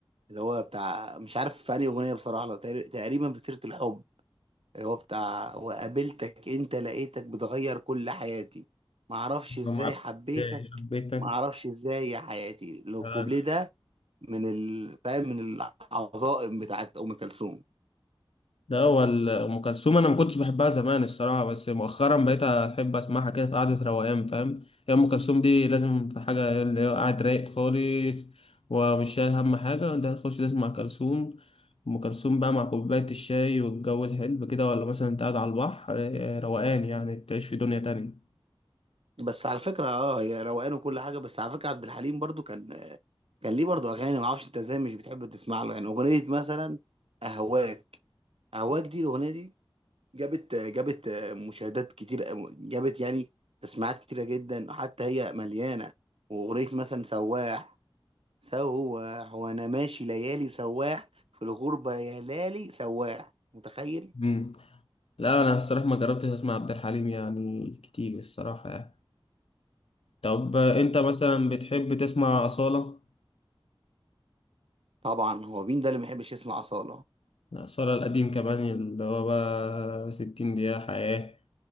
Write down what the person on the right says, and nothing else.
اللي هو بتاع مش عارف في انهي اغنية بصراحة لو تقر- تقريبا في سيرة الحب اللي هو بتاع وقابلتك انت لقيتك بتغير كل حياتي معرفش
ازاي
حبيتك
ما اعرفش ازاي يا حياتي لو
الكوبليه ده من ال... فاهم من العظائم بتاعت ام كلثوم
بس على فكره اه هي روقان وكل حاجه بس على فكره عبد الحليم برضو كان كان ليه برضو اغاني ما اعرفش انت ازاي مش بتحب تسمع له يعني اغنيه مثلا اهواك اهواك دي الاغنيه دي جابت جابت مشاهدات كتير جابت يعني تسميعات كتيره جدا حتى هي مليانه واغنيه مثلا سواح سواح وانا ماشي ليالي سواح في الغربه يا لالي سواح متخيل
طبعا هو مين ده اللي ما يحبش يسمع أصالة